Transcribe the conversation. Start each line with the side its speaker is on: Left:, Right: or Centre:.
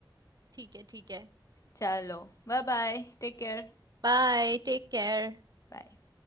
Right: ठीक है ठीक है
Left: चलो Bye bye take care
Right: Bye take care
Left: Bye